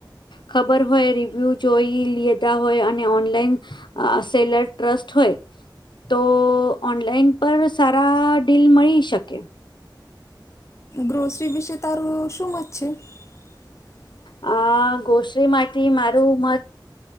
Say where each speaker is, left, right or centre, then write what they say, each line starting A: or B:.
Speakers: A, on the left (about 70°); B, on the left (about 35°).
A: ખબર હોય રિવ્યુ જોઈ લેતા હોય અને ઓનલાઈન સેલર ટ્રસ્ટ હોય. તો ઓનલાઈન પર સારા ડીલ મળી શકે.
B: ગ્રોસરી વિશે તારું શું મત છે. <inaudible>
A: અ ગ્રોસલી માટેથી મારું મત